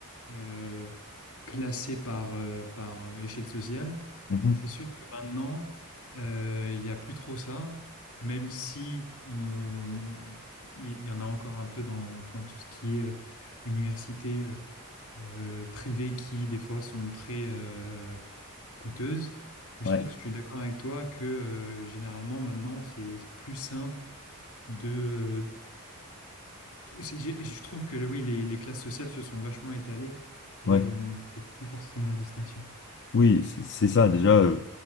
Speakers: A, on the left; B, on the left.
A: euh, classé par, euh, par euh, échelle sociale.
B: Mhm.
A: C'est sûr que maintenant, euh, il n'y a plus trop ça, même si on- il y en a encore un peu dans, dans tout ce qui est euh, université euh, euh, privée qui, des fois, sont très euh, coûteuses. Mais
B: Ouais,
A: je trouve, je suis d'accord avec toi que euh, généralement, maintenant, c'est plus simple de euh, c'est- j'ai- Je trouve que oui, les, les classes sociales se sont vachement étalées et
B: ouais.
A: on ne fait plus forcément la distinction.
B: Oui, c'est c'est ça. Déjà, euh,